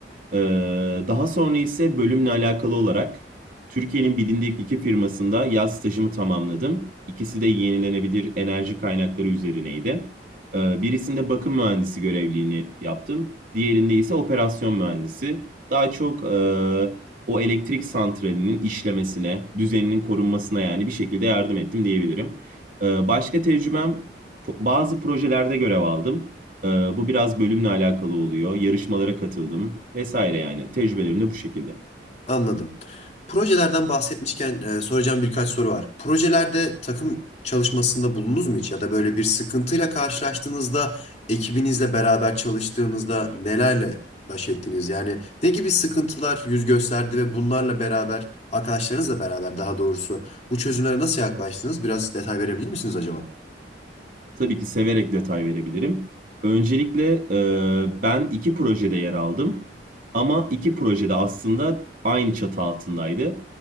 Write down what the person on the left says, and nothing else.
Anladım. Projelerden bahsetmişken e, soracağım birkaç soru var. Projelerde takım çalışmasında bulundunuz mu hiç? Ya da böyle bir sıkıntıyla karşılaştığınızda, ekibinizle beraber çalıştığınızda nelerle baş ettiniz? Yani ne gibi sıkıntılar yüz gösterdi ve bunlarla beraber, arkadaşlarınızla beraber daha doğrusu bu çözümlere nasıl yaklaştınız? Biraz detay verebilir misiniz acaba?